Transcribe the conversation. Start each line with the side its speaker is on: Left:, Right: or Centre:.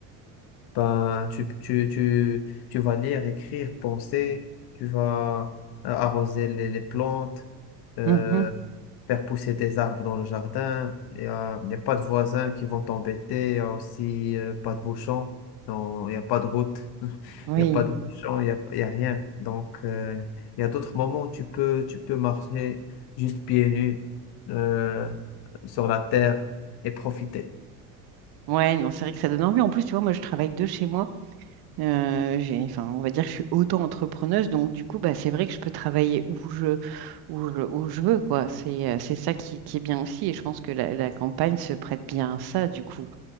Left: Ben, tu, tu, tu, tu vas lire, écrire, penser, tu vas euh, arroser les, les plantes, euh,
Right: Mhm.
Left: faire pousser des arbres dans le jardin. Il n'y a, il y a pas de voisins qui vont t'embêter, il n'y a aussi euh, pas de bouchons, Non, il n'y a pas de route, <laughs> il
Right: Oui,
Left: n'y a pas de bouchons, il n'y a, il y a rien. Donc, euh, il y a d'autres moments où tu peux, tu peux marcher juste pieds nus euh, sur la terre et profiter.
Right: ouais, non, c'est vrai que ça donne envie. En plus, tu vois, moi, je travaille de chez moi. Euh, j'ai, enfin, on va dire que je suis auto-entrepreneuse, donc du coup, bah, c'est vrai que je peux travailler où je, où je, où je veux, quoi. C'est, euh, c'est ça qui, qui est bien aussi, et je pense que la, la campagne se prête bien à ça, du coup.